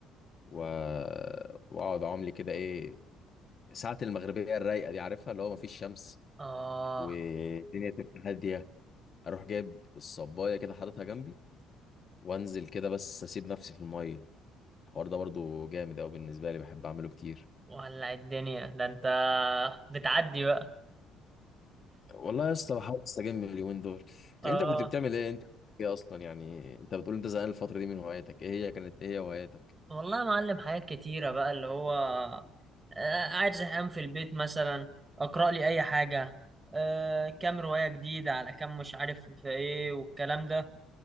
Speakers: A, on the left; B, on the right.
A: و... واقعد اعوم لي كده ايه ساعه المغربيه الرايقه دي عارفها اللي هو مفيش شمس
B: اه
A: والدنيا تبقى هاديه اروح جايب الصبايه كده حاططها جنبي وانزل كده بس اسيب نفسي في الميه الحوار ده برضو جامد قوي بالنسبه لي بحب اعمله كتير
B: ولع الدنيا ده انت بتعدي بقى
A: والله يا اسطى بحاول استجم اليومين دول انت
B: اه
A: إنت كنت بتعمل ايه انت كنت ايه اصلا يعني انت بتقول انت زهقان الفتره دي من هواياتك ايه هي كانت ايه هي هواياتك
B: والله يا معلم حاجات كتيرة بقى اللي هو آه، قاعد زهقان في البيت مثلا اقرأ لي اي حاجة آه، كام رواية جديدة على كام مش عارف في ايه والكلام ده